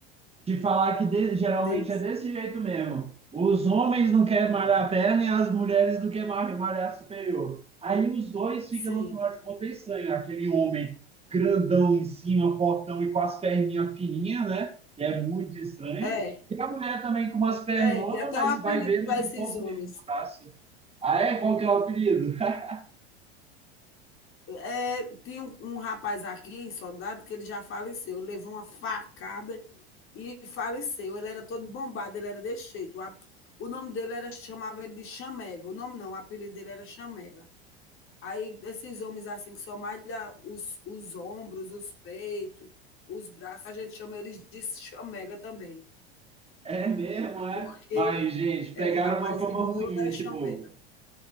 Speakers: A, on the right (about 20°); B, on the left (about 40°).
A: de falar que de- geralmente
B: Diz.
A: é desse jeito mesmo. Os homens não querem malhar a perna e as mulheres não querem ma- malhar a superior. Aí os dois ficam,
B: Sim.
A: no final de contas, estranho. Aquele homem grandão em cima, fortão e com as perninhas fininhas, né? Que é muito estranho.
B: É,
A: E a mulher também com umas pernonas,
B: é, tem até
A: mas
B: um apelido
A: vai ver, não
B: para
A: tem
B: esses
A: força
B: homens.
A: nenhuma no braço. Ah, é? Qual que é o apelido? <laughs>
B: É, tem um, um rapaz aqui em Soldado que ele já faleceu, ele levou uma facada e faleceu. Ele era todo bombado, ele era desse jeito. A- O nome dele era, chamava ele de Chamega. O nome não, o apelido dele era Chamega. Aí esses homens assim que só malha os, os ombros, os peitos, os braços, a gente chama eles de Chamega também.
A: É mesmo, é?
B: Porque
A: Mas, gente, pegaram
B: é o rapaz
A: uma fama
B: que morreu
A: ruim
B: era
A: esse
B: Chamega.
A: povo.